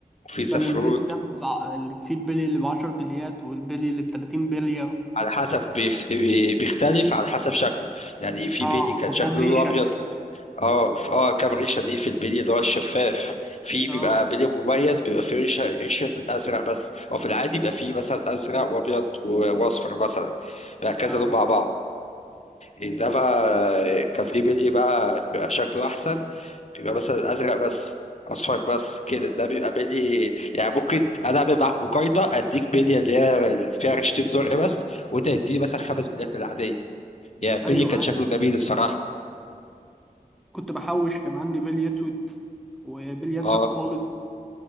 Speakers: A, on the left (about 50°); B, in the centre.
A: وفي سفروت
B: كان البلي ده بع- اللي فيه البلي اللي بعشر بليات والبلي اللي بتلاتين بلية
A: على حسب بيف- بي- بيختلف على حسب شكله يعني في
B: اه
A: بيلي كان
B: وكام
A: شكله
B: ريشة
A: لونه ابيض اه ف- اه كام ريشه دي في البيلي اللي هو الشفاف في
B: اه
A: بيبقى بيلي مميز بيبقى في ريشه ريشه ازرق بس او في العادي بيبقى في مثلا ازرق وابيض و- واصفر مثلا بيبقى كذا
B: اه
A: لون مع بعض انما آه، كان في بيلي بقى بيبقى شكله احسن بيبقى مثلا ازرق بس اصفر بس كده ده بيبقى بلي يعني ممكن انا اعمل معاك مقايضه اديك بلي اللي هي اللي فيها رشتين زرق بس وانت تديني مثلا خمس بليات من العاديه يعني
B: ايوه
A: بلي كان
B: عارف
A: شكله جميل الصراحه
B: كنت بحوش كان عندي بلي اسود وبلي
A: اه
B: ازرق خالص